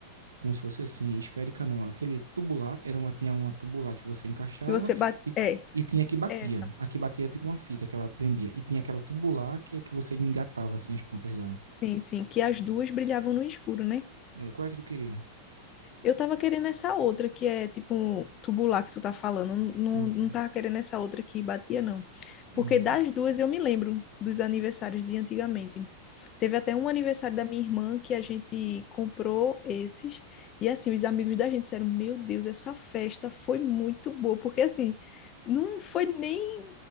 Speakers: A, on the right; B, on the left.
A: como se fosse assim esférica, não. Aquele tubular era uma tinha uma tubular que você encaixava
B: Que você bate.
A: e
B: É,
A: E tinha que batia.
B: essa.
A: A que batia é tipo uma fita que ela prendia. E tinha aquela tubular que é que você engatava assim as pontas dela.
B: Sim, sim, que as duas brilhavam no escuro, né?
A: É, qual é que tu queria?
B: Eu tava querendo essa outra, que é tipo um tubular que tu tá falando. Não,
A: Sim, sim.
B: não tava querendo essa outra que batia, não.
A: Uhum.
B: Porque das duas eu me lembro dos aniversários de antigamente. Teve até um aniversário da minha irmã que a gente comprou esses. E assim, os amigos da gente disseram: Meu Deus, essa festa foi muito boa. Porque assim, não foi nem.